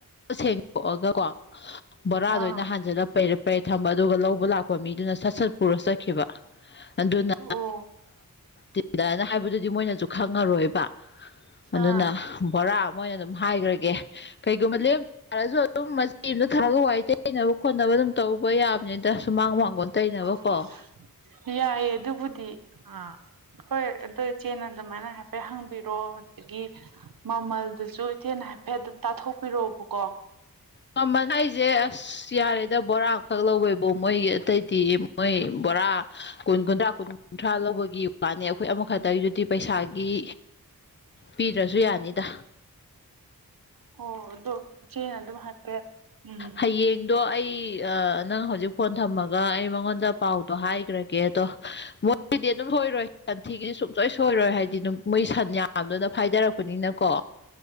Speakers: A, on the left; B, on the right.
A: ꯁꯦꯡꯗꯣꯛꯑꯒ ꯀꯣ ꯕꯣꯔꯥꯗꯩꯅ
B: ꯑꯥ
A: ꯍꯥꯟꯖꯂ ꯄꯩꯔ ꯄꯔꯦꯠ ꯊꯝꯕ ꯑꯗꯨꯒ ꯂꯧꯕ ꯂꯥꯛꯄ ꯃꯤꯗꯨꯅ ꯁꯠ ꯁꯠ ꯄꯨꯔ ꯆꯠꯈꯤꯕ ꯑꯗꯨꯅ
B: ꯑꯣ
A: ꯁꯤꯗꯅ ꯍꯥꯏꯕꯗꯨꯗꯤ ꯃꯣꯏꯅꯁꯨ ꯈꯪꯉꯔꯣꯏꯕ ꯑꯗꯨꯅ
B: ꯑꯥ
A: ꯕꯣꯔꯥ ꯑꯃ ꯑꯣꯏꯅ ꯑꯗꯨꯝ ꯍꯥꯏꯈ꯭ꯔꯒꯦ ꯀꯩꯒꯨꯝꯕ ꯌꯥꯔꯁꯨ ꯑꯗꯨꯝ ꯃꯆꯦ ꯑꯃꯗ ꯊꯔꯒ ꯋꯥꯏ ꯇꯩꯅꯕ ꯈꯣꯠꯅꯕ ꯑꯗꯨꯝ ꯇꯧꯕ ꯌꯥꯕꯅꯤꯗ ꯁꯨꯃꯥꯡ ꯃꯥꯡꯒꯣꯟ ꯇꯩꯅꯕꯀꯣ
B: ꯑꯣ ꯌꯥꯏꯌꯦ ꯑꯗꯨꯕꯨꯗꯤ ꯑꯥ ꯍꯣꯏ ꯑꯗꯣ ꯏꯆꯦꯅ ꯑꯗꯨꯃꯥꯏꯅ ꯍꯥꯏꯐꯦꯠ ꯍꯪꯕꯤꯔꯣ ꯑꯗꯒꯤ ꯃꯃꯜꯗꯨꯁꯨ ꯏꯊꯦꯅ ꯍꯥꯏꯐꯦꯠꯝ ꯇꯥꯊꯣꯛꯄꯤꯔꯛꯑꯣꯕꯀꯣ
A: ꯃꯃꯜ ꯑꯩꯁꯦ ꯑꯁ ꯌꯥꯔꯦꯗ ꯕꯣꯔꯥ ꯑꯃꯈꯛ ꯂꯧꯕꯦꯕꯨ ꯃꯣꯏꯒꯤ ꯑꯇꯩꯗꯤ ꯃꯣꯏ ꯕꯣꯔꯥ ꯀꯨꯟ ꯀꯨꯟꯊ꯭ꯔꯥ ꯀꯨꯟ ꯀꯨꯟꯊ꯭ꯔꯥ ꯂꯧꯕꯒꯤ ꯄꯥꯅꯦ ꯑꯈꯣꯏ ꯑꯃꯈꯛꯇꯒꯤꯗꯨꯗꯤ ꯄꯩꯁꯥꯒꯤ ꯄꯤꯗ꯭ꯔꯁꯨ ꯌꯥꯅꯤꯗ
B: ꯍꯣ ꯑꯗꯣ ꯏꯆꯦꯅ ꯑꯗꯨꯝ ꯍꯥꯏꯐꯦꯠ ꯎꯝ
A: ꯍꯌꯦꯡꯗꯣ ꯑꯗꯣ ꯑꯩ ꯑ ꯅꯪ ꯍꯧꯖꯤꯛ ꯐꯣꯟ ꯊꯝꯃꯒ ꯑꯩ ꯃꯉꯣꯟꯗ ꯄꯥꯎꯗꯣ ꯍꯥꯏꯒ꯭ꯔꯒꯦ ꯑꯗꯣ ꯃꯣꯏꯗꯣ ꯁꯤꯗꯤ ꯑꯗꯨꯝ ꯁꯣꯏꯔꯣꯏ ꯁꯟꯊꯤꯒꯤꯗꯤ ꯁꯨꯡꯁꯣꯏ ꯁꯣꯏꯔꯣꯏ ꯍꯥꯏꯗꯤ ꯑꯗꯨꯝ ꯃꯣꯏ ꯁꯟ ꯌꯥꯝꯗꯨꯅ ꯐꯥꯏꯗꯔꯛꯄꯅꯤꯅ ꯀꯣ